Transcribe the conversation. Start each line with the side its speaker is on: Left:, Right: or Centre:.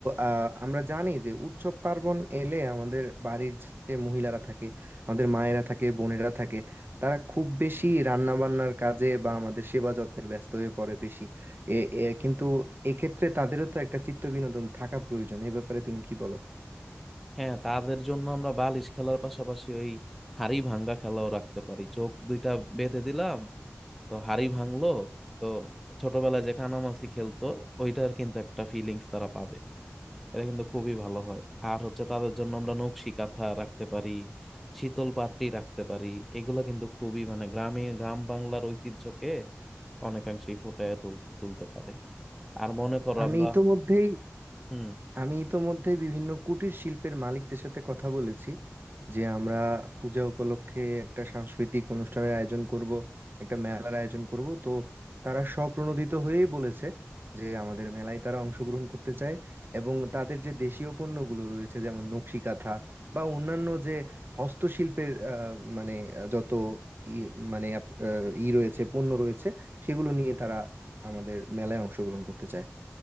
Right: আহ, আমরা জানি যে উৎসব পার্বণ এলে আমাদের বাড়ির যে মহিলারা থাকে আমাদের মায়েরা থাকে বোনেরা থাকে তারা খুব বেশি রান্না বান্নার কাজে বা আমাদের সেবা যত্নে ব্যস্ত হয়ে পড়ে বেশি এ এ- কিন্তু এক্ষেত্রে তাদেরও তো একটা চিত্ত বিনোদন থাকা প্রয়োজন এ ব্যাপারে তুমি কি বলো
Centre: হ্যাঁ তাদের জন্য আমরা বালিশ খেলার পাশাপাশি ওই হাড়ি ভাঙ্গা খেলাও রাখতে পারি চোখ দুইটা বেঁধে দিলাম তো হাড়ি ভাঙলো তো ছোটবেলায় যে কানামাছি খেলতো ওইটার কিন্তু একটা ফিলিংস তারা পাবে এটা কিন্তু খুবই ভালো হয় আর হচ্ছে তাদের জন্য আমরা নকশি কাঁথা রাখতে পারি শীতল পাট্টি রাখতে পারি এগুলো কিন্তু খুবই মানে গ্রামে গ্রাম বাংলার ঐতিহ্যকে অনেকাংশেই ফুটিয়ে তুল- তুলতে পারে আর মনে করো
Right: আমি
Centre: আমরা
Right: ইতোমধ্যেই
Centre: হুম
Right: আমি ইতোমধ্যে বিভিন্ন কুটির শিল্পের মালিকদের সাথে কথা বলেছি যে আমরা পূজা উপলক্ষে একটা সাংস্কৃতিক অনুষ্ঠানের আয়োজন করব একটা মেলার আয়োজন করব তো তারা স্বপ্রণোদিত হয়েই বলেছে যে আমাদের মেলায় তারা অংশগ্রহণ করতে চায় এবং তাদের যে দেশীয় পণ্যগুলো রয়েছে যেমন নকশি কাঁথা বা অন্যান্য যে হস্তশিল্পের আহ, মানে যত ই মানে আপ- আহ, ই রয়েছে পণ্য রয়েছে সেগুলো নিয়ে তারা আমাদের মেলায় অংশগ্রহণ করতে চায়